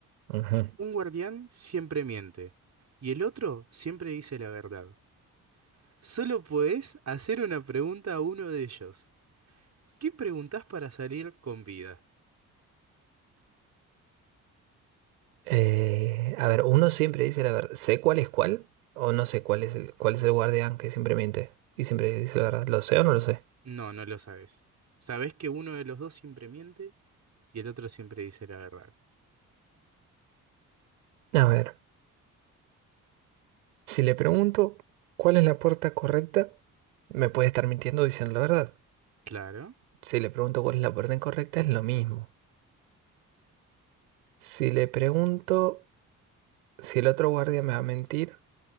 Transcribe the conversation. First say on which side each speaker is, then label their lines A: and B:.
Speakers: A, on the right; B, on the right.
A: Ujú.
B: Un guardián siempre miente y el otro siempre dice la verdad. Solo podés hacer una pregunta a uno de ellos. ¿Qué preguntás para salir con vida?
A: Eh, a ver, uno siempre dice la verdad. ¿Sé cuál es cuál? ¿O no sé cuál es el, cuál es el guardián que siempre miente? Y siempre dice la verdad. ¿Lo sé o no lo sé?
B: No, no lo sabes. Sabés que uno de los dos siempre miente y el otro siempre dice la verdad.
A: A ver, si le pregunto cuál es la puerta correcta, me puede estar mintiendo diciendo la verdad.
B: Claro.
A: Si le pregunto cuál es la puerta incorrecta, es lo mismo. Si le pregunto si el otro guardia me va a mentir,